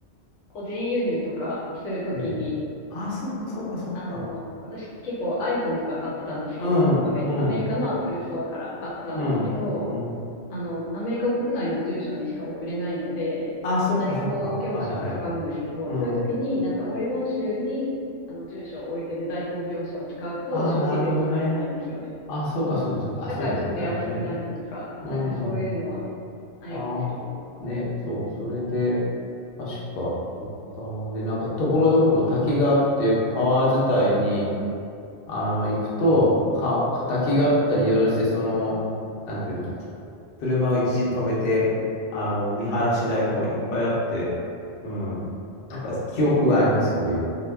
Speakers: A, on the left (about 85°); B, on the left (about 55°).
A: 個人輸入とかするときに、
B: ねえ。あ、そっか、そっか、そっか。
A: あの、私結構 iPhone とか買ってたんですけど、
B: うん、
A: アメ、
B: うん、
A: アメリカの Apple Store から買ってたんですけど、
B: うん、うん。
A: あの、アメリカ国内の住所にしか送れないので、
B: あ、そっか、
A: 代行業者を使うんですけど、
B: そっか。はい、はい。うん。
A: そういう時になんかオレゴン州にあの住所を置いてる代行業者を使うと消費税取られないんですよね。
B: あ、なるほどね。あ、そうか、そうか、そうか。あ、
A: だからちょっと安くなるとか、
B: そうだね。なるほどね。うん。
A: なんかそういうのはありますけど。
B: ああ、ね、
A: うん。
B: そう。それで、確か、行ったな。で、なんか、ところどころ滝があって、川伝いに、あの、行くと、か、敵があったりいろいろして、その、なんていうの、車を一時止めて、あの、見晴らし台とかいっぱいあって、うん。なんか記憶があります、そういう。